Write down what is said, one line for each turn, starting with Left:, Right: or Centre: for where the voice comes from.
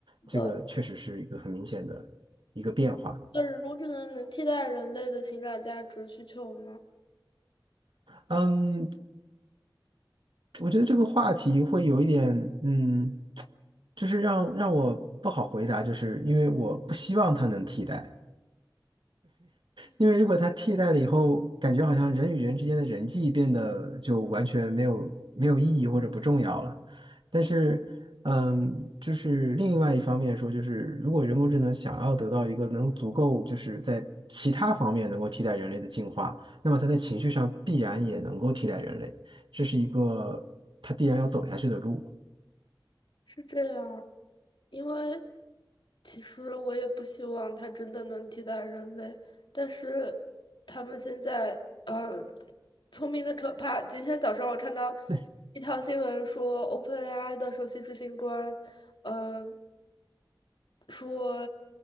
Right: 这个确实是一个很明显的一个变化。
Left: 的。那人工智能能替代人类的情感价值需求吗？
Right: 嗯，我觉得这个话题会有一点，嗯，就是让让我不好回答，就是因为我不希望它能替代。因为如果它替代了以后，感觉好像人与人之间的人际变得就完全没有没有意义或者不重要了。但是，嗯，就是另外一方面说，就是如果人工智能想要得到一个能足够就是在其他方面能够替代人类的进化，那么它在情绪上必然也能够替代人类，这是一个它必然要走下去的路。
Left: 是这样，因为其实我也不希望它真的能替代人类，但是他们现在嗯，聪明的可怕。今天早上我看到
Right: 对
Left: 一条新闻说，OpenAI 的首席执行官，嗯、说